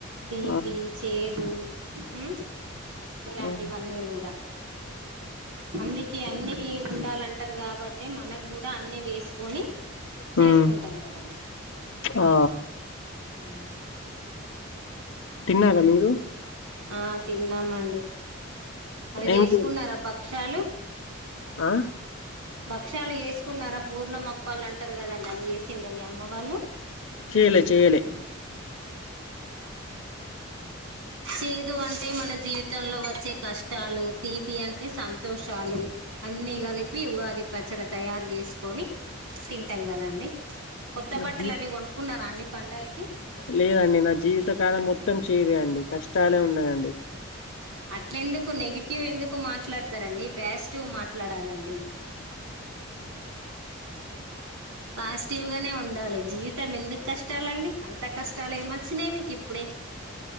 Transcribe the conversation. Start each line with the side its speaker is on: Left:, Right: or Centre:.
Right: తీపి
Left: ఆ
Right: చేదు హు ఇలాంటివన్ని
Left: ఆ
Right: కూడా అందుకే అన్ని కీ ఉండాలంటారు కాబట్టి మనం కూడా అన్ని వేసుకొని
Left: హ్మ్
Right: చేసుకుంటాం కదా అండి
Left: ఆ
Right: ఉమ్
Left: తిన్నారా మీరు
Right: ఆ తిన్నామండి అవి
Left: ఏం
Right: చేసుకున్నారా
Left: కూర
Right: భక్షాలు
Left: ఆ
Right: భక్షాలు వేసుకున్నారా పూర్ణమ వాళ్ళు అంటారు కదండి అది చేసిండ్రా అమ్మ వాళ్ళు
Left: చేయలె చేయలె
Right: చేదు అంటే మన జీవితంలో వచ్చే కష్టాలు తీపి అంటే సంతోషాలు అన్ని కలిపి ఉగాది పచ్చడి తయారు చేసుకొని తింటాం కదండి కొత్త
Left: నా
Right: బట్టలు
Left: జీ
Right: అవి కొనుక్కున్నారా అండి పండుగకి
Left: లేదండి నా జీవితకాలం మొత్తం చేదే అండి కష్టాలే ఉన్నాయండి
Right: అట్ల ఎందుకు నెగిటివ్ ఎందుకు మాట్లాడతారండి పాజిటివ్ మాట్లాడాలండి పాజిటివ్ గానే ఉండాలి జీవితం ఎందుకు కష్టాలండి అంత కష్టాలు ఏ వచ్చినాయి మీకు ఇప్పుడే